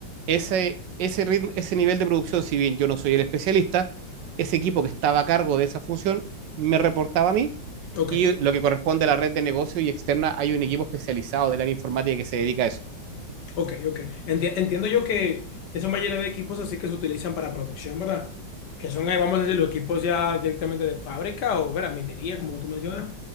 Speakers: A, on the right (about 70°); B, on the left (about 65°).
A: ese, ese, ritmo, ese nivel de producción, si bien yo no soy el especialista, ese equipo que estaba a cargo de esa función me reportaba a mí
B: Ok.
A: y lo que corresponde a la red de negocio y externa, hay un equipo especializado del área informática que se dedica a eso.
B: Ok, ok. Enti- entiendo yo que, que son mayoría de equipos así que se utilizan para producción, ¿verdad? Que son, eh, vamos a decir, los equipos ya directamente de fábrica o, ¿verdad? Minería, como tú mencionas.